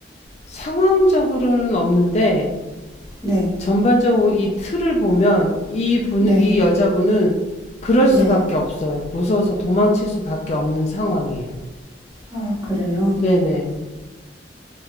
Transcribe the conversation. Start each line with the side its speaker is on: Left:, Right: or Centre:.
Left: 상황적으로는 없는데
Right: 네,
Left: 전반적으로 이 틀을 보면 이분
Right: 네,
Left: 이 여자분은 그럴
Right: 네.
Left: 수밖에 없어요. 무서워서 도망칠 수밖에 없는 상황이에요.
Right: 아, 그래요.
Left: 네네.